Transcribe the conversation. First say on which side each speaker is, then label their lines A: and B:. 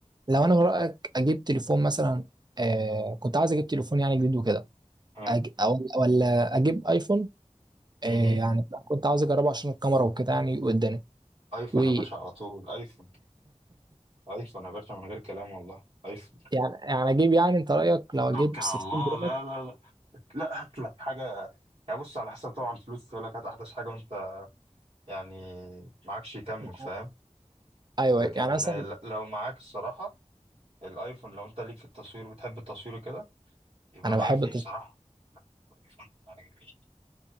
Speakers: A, on the right; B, on the right.
A: لو انا من رايك اجيب تليفون مثلا آه كنت عاوز اجيب تليفون يعني جديد وكده
B: اه
A: أج... او ولا اجيب ايفون آه
B: مهم.
A: يعني كنت عاوز اجربه عشان الكاميرا وكده يعني قدامي
B: ايفون
A: و <laughs>
B: يا باشا على طول ايفون ايفون يا باشا من غير كلام والله ايفون
A: يعني يعني اجيب يعني انت رايك لو اجيب
B: توكل
A: 13
B: على الله
A: برو
B: لا لا لا لا هات لك حاجه يعني بص على حسب طبعا الفلوس يقول لك هات احدث حاجه وانت يعني معكش يكمل
A: ماكس
B: فاهم
A: ايوه
B: لكن
A: يعني مثلا
B: ل- لو معاك الصراحه الايفون لو انت ليك في التصوير بتحب التصوير كده يبقى
A: انا
B: الايفون
A: بحب التص-
B: بصراحة لا، الايفون جميل